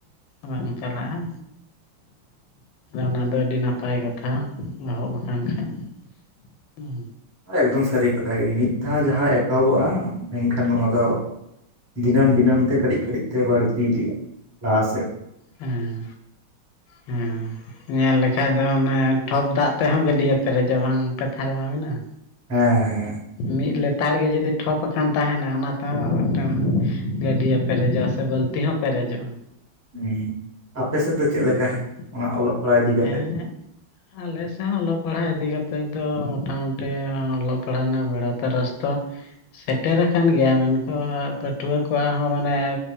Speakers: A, on the left; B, on the right.
A: ᱵᱟᱝ ᱪᱟᱞᱟᱜ-ᱟ᱾ ᱚᱱᱟ ᱫᱚ ᱟᱹᱰᱤ ᱱᱟᱯᱟᱭ ᱠᱟᱛᱷᱟ ᱮᱦᱚᱵ ᱠᱟᱱ ᱠᱷᱟᱡ ᱦᱩᱸ
B: ᱮᱠᱫᱚᱢ ᱥᱟᱹᱨᱤ ᱠᱟᱛᱷᱟ ᱜᱮ ᱢᱤᱫ ᱫᱷᱟᱣ ᱡᱟᱦᱟᱸ ᱮᱛᱚᱦᱚᱵᱚᱜ-ᱟ ᱢᱮᱱᱠᱷᱟᱱ ᱚᱱᱟ ᱫᱚ ᱫᱤᱱᱟᱹᱢ ᱫᱤᱱᱟᱹᱢ ᱛᱮ ᱠᱟᱹᱴᱤᱡ ᱠᱟᱹᱴᱤᱡ ᱛᱮ ᱵᱟᱹᱲᱛᱤ ᱤᱫᱤᱜ-ᱟ ᱞᱟᱦᱟ ᱥᱮᱫ
A: ᱦᱮᱸ ᱦᱮᱸ ᱧᱮᱞ ᱞᱮᱠᱷᱟᱡ ᱫᱚ ᱚᱱᱮ ᱴᱷᱚᱯ ᱫᱟᱜ ᱛᱮᱦᱚᱸ ᱜᱟᱹᱰᱭᱟᱹ ᱯᱮᱨᱮᱡᱚᱜ ᱵᱟᱝ ᱠᱟᱛᱷᱟ ᱨᱮᱢᱟ ᱢᱮᱱᱟᱜ-ᱟ᱾
B: ᱦᱮᱸ ᱦᱮᱸ
A: ᱢᱤᱫ ᱞᱮᱛᱟᱲ ᱜᱮ ᱡᱩᱫᱤ ᱴᱷᱚᱯ ᱟᱠᱟᱱ ᱛᱟᱦᱮᱱᱟ ᱚᱱᱟᱛᱮᱦᱚᱸ ᱢᱤᱫᱴᱮᱱ ᱜᱟᱹᱰᱭᱟᱹ ᱯᱮᱨᱮᱡᱚᱜ-ᱟ ᱥᱮ ᱵᱟᱹᱞᱛᱤ ᱦᱚᱸ ᱯᱮᱨᱮᱡᱚᱜ-ᱟ᱾
B: ᱦᱩᱸ ᱟᱯᱮ ᱥᱮᱫ ᱫᱚ ᱪᱮᱫ
A: ᱚᱱᱠᱟᱜᱮ
B: ᱞᱮᱠᱟ ᱚᱱᱟ ᱚᱞᱚᱜ ᱯᱟᱲᱦᱟᱣ ᱤᱫᱤ ᱠᱟᱛᱮᱫ?
A: ᱦᱮᱸ ᱟᱞᱮ ᱥᱮᱫ ᱦᱚᱸ ᱚᱞᱚᱜ ᱯᱟᱲᱦᱟᱜ ᱤᱫᱤ ᱠᱟᱛᱮᱫ ᱫᱚ ᱢᱚᱴᱟᱢᱩᱴᱤ ᱚᱞᱚᱜ ᱯᱟᱲᱦᱟᱜ ᱨᱮᱱᱟᱜ ᱵᱮᱲᱟ ᱛᱟᱨᱟᱥ ᱛᱚ ᱥᱮᱴᱮᱨ ᱠᱟᱱ ᱜᱮᱭᱟ, ᱢᱮᱱᱠᱷᱟᱱ ᱯᱟᱹᱴᱷᱩᱣᱟᱹ ᱠᱚᱣᱟᱜ ᱦᱚᱸ ᱢᱟᱱᱮ